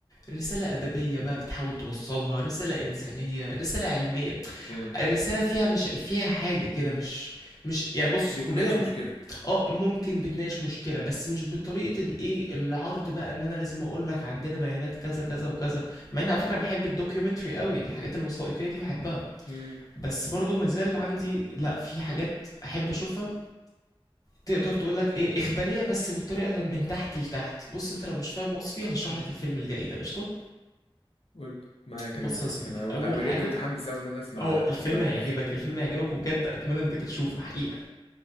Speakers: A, on the left; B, on the left.
A: رسالة أدبية بقى
B: مم.
A: بتحاول توصلها رسالة إنسانية رسالة علمية
B: جامد
A: رسالة فيها مش فيها حاجة كده مش مش يعني بص
B: بتناقش
A: كلنا م-
B: مشكلة
A: آه، ممكن بتناقش مشكلة، بس مش بطريقة الإيه، العرض بقى إن أنا لازم أقول لك عندنا بيانات كذا، كذا وكذا، مع إني على فكرة باحب الdocumentary أوي، الحاجات الوثائقية دي باحبها،
B: مم.
A: بس برضه ما زال عندي لأ، في حاجات أحب أشوفها تقدر تقول لك إيه، إخبارية بس بطريقة من تحت لتحت، بُص أنت لو مش فاهم وصفي هاشرح
B: مم.
A: لك الفيلم الجاي ده، قشطة؟
B: قول معاك
A: بُص
B: أنا معاك
A: يا صديقي،
B: أنا
A: أول
B: متع- بجد
A: حاجة
B: متحمس أوي إن أنا أسمع
A: هو الفيلم
B: أسمع الفيلم
A: هيعجبك، الفيلم هيعجبك وبجد أتمنى إنك
B: مم.
A: أنت تشوفه حقيقة.